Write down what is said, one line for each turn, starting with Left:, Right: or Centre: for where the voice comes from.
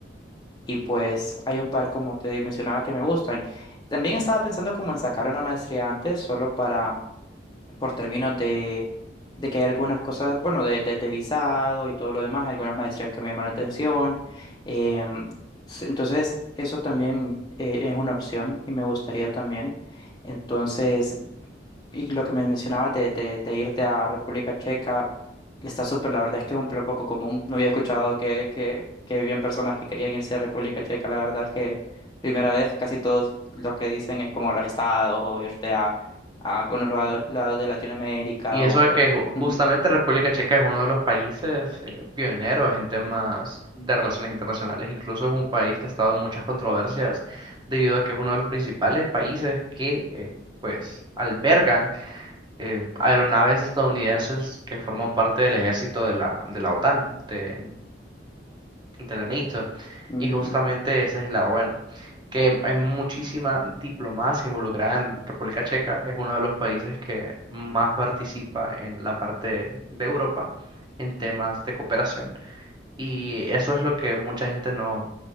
Left: y pues hay un par, como te mencionaba, que me gustan. También estaba pensando como en sacar una maestría antes, solo para, por términos de, de que hay algunas cosas, bueno, de, de, de visado y todo lo demás, hay algunas maestrías que me llaman la atención. Em, s- entonces, eso también eh, es una opción y me gustaría también. Entonces, y lo que me mencionabas de, de, de irte a República Checa está súper, la verdad es que es un plan poco común. No había escuchado que, que, que vivían personas que querían irse a República Checa. La verdad es que primera vez casi todos lo que dicen es como los estados o irte a, a algunos lado- lados de Latinoamérica
Right: Y eso
Left: o
Right: de
Left: por...
Right: que
Left: ej-
Right: ju-
Left: Ujú,
Right: justamente República Checa es uno de los países eh, pioneros en temas de relaciones internacionales. Incluso es un país que ha estado en muchas controversias debido a que es uno de los principales países que eh, pues albergan eh, aeronaves estadounidenses que forman parte del ejército de la, de la OTAN, de, de la
Left: ujú,
Right: Y justamente ese es el lado bueno, que hay muchísima diplomacia involucrada en República Checa, es uno de los países que más participa en la parte de Europa en temas de cooperación. Y eso es lo que mucha gente no